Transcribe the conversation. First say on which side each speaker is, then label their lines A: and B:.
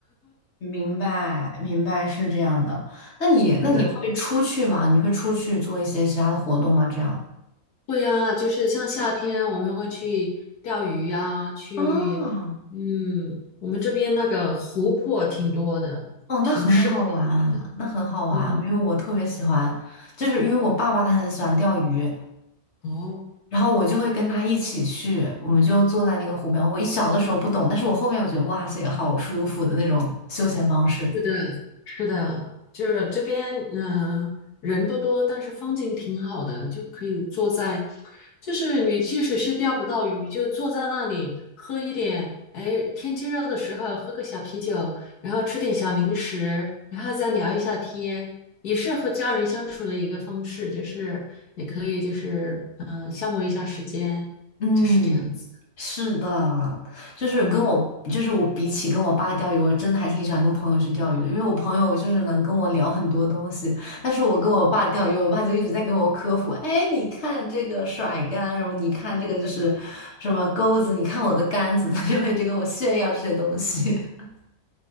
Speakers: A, on the left; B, on the left.
A: 明白，明白是这样的。那你，那你会出去吗？
B: 是的，
A: 你会出去做一些其他的活动吗？这样
B: 对呀，就是像夏天我们会去钓鱼呀，去，
A: 啊，
B: 嗯，我们这边那个湖泊挺多的，
A: 哦，那很好玩，
B: 挺适合钓鱼的。
A: 那很好玩，
B: 嗯，
A: 因为我特别喜欢，就是因为我爸爸他很喜欢钓鱼，
B: 哦。
A: 然后我就会跟他一起去，我们就坐在那个湖边。我一小的时候不懂，但是我后面我觉得哇塞，好舒服的那种休闲方式。
B: 是的，是的，就是这边，嗯、人不多，但是风景挺好的，就可以坐在，就是你即使是钓不到鱼，就坐在那里喝一点，哎，天气热的时候喝个小啤酒，然后吃点小零食，然后再聊一下天，也是和家人相处的一个方式，就是也可以就是嗯、呃消磨一下时间，
A: 嗯，
B: 就是这样子，
A: 是的，就是跟我，
B: 嗯。
A: 就是我比起跟我爸钓鱼，我真的还挺喜欢跟朋友去钓鱼的，因为我朋友就是能跟我聊很多东西，但是我跟我爸钓鱼，我爸就一直在跟我科普，哎，你看这个甩竿什么，你看这个就是什么钩子，你看我的杆子，他就会一直跟我炫耀这些东西。<laughs>